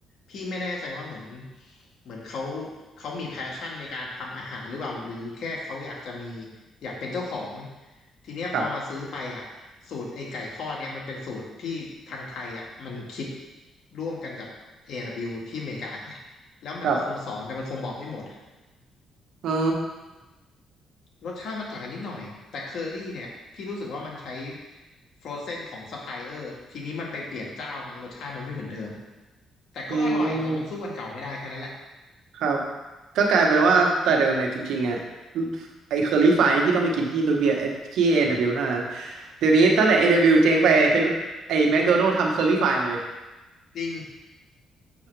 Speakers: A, on the left; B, on the right.
A: พี่ไม่แน่ใจว่าเหมือนเหมือนเขาเขามีแพชชั่นในการทำอาหารหรือเปล่าหรือแค่เขาอยากจะมีอยากเป็นเจ้าของทีเนี้ยพอมาซื้อไปอ่ะสูตรไอ้ไก่ทอดเนี่ยมันเป็นสูตรที่ทางไทยอ่ะมันคิด
B: ครับ
A: ร่วมกันกับ A&W ที่อเมริกาไงแล้วมันก็คงสอนแต่มันคงบอกไม่หมด
B: ครับอ๋อ
A: รสชาติมันต่างกันนิดหน่อยแต่เคอรี่เนี่ยพี่รู้สึกว่ามันใช้ฟรอเซนของซัพพลายเออร์ทีนี้มันไปเปลี่ยนเจ้ามั้งรสชาติมันไม่เหมือนเดิมแต่ก็อร่อยแต่มันสู้อันเก่าไม่ได้แค่นั้นแหละ
B: อืมครับก็กลายเป็นว่าแต่เดิมเนี่ยจริงๆอ่ะไอ้เคอรี่ฟรายนี่พี่ต้องไปกินที่รูเบียไอ้ที่ A&W เบิลยูเท่านั้นเดี๋ยวนี้ตั้งแต่ A&W เบิลยูเจ๊งไปเป็นไอ้แมคโดนัลด์ทำเคอรี่ฟรายมาเลย
A: จริง